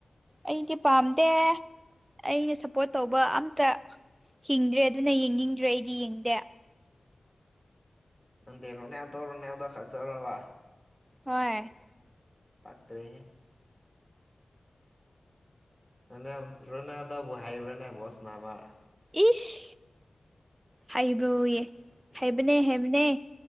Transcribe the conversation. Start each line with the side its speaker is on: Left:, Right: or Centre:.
Right: ꯑꯩꯗꯤ ꯄꯥꯝꯗꯦ ꯑꯩꯅ ꯁꯞꯄꯣꯔꯠ ꯇꯧꯕ ꯑꯝꯇ ꯍꯤꯡꯗ꯭ꯔꯦ ꯑꯗꯨꯅ ꯌꯦꯡꯅꯤꯡꯗ꯭ꯔꯦ ꯑꯩꯗꯤ ꯌꯦꯡꯗꯦ
Centre: ꯅꯦꯔꯣ ꯅ ꯇꯧꯔ ꯅ ꯈ ꯇꯧꯔ ꯋꯥ
Right: ꯍꯣꯏ
Centre: ꯄꯇ꯭ꯔꯦ ꯑꯅ ꯔꯣꯅꯥꯗꯕꯨ ꯍꯥꯏꯕ꯭ꯔꯅꯥꯕꯣꯁ ꯅꯥꯕ
Right: ꯏꯁ ꯍꯥꯏꯕ꯭ꯔꯣꯌꯦ ꯍꯥꯏꯕꯅꯦ ꯍꯥꯏꯕꯅꯦ